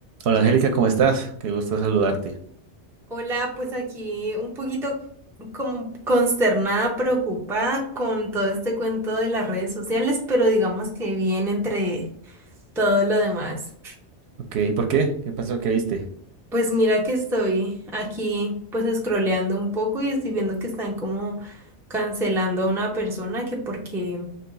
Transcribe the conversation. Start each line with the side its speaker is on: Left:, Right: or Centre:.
Right: Hola Angélica, ¿cómo estás? Qué gusto saludarte.
Centre: Hola, pues aquí un poquito como consternada, preocupada con todo este cuento de las redes sociales, pero digamos que bien entre todo lo demás.
Right: Ok, ¿por qué? ¿Qué pasó? ¿Qué viste?
Centre: Pues mira que estoy aquí pues scrolleando un poco y estoy viendo que están como cancelando a una persona que porque